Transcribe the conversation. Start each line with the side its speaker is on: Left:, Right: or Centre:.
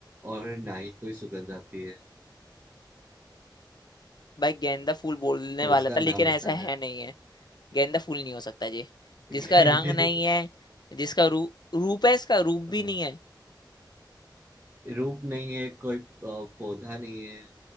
Right: और ना ही कोई सुगंध आती है
Left: भाई गेंदा फूल बोलने
Right: तो
Left: वाला
Right: उसका
Left: था
Right: नाम
Left: लेकिन
Right: बताना
Left: ऐसा है
Right: है
Left: नहीं है गेंदा फूल नहीं हो सकता ये
Right: <laughs>
Left: जिसका रंग नहीं है जिसका रू, रूप है इसका रूप
Right: हाँ,
Left: भी नहीं है
Right: रूप नहीं है कोई अ, पौधा नहीं है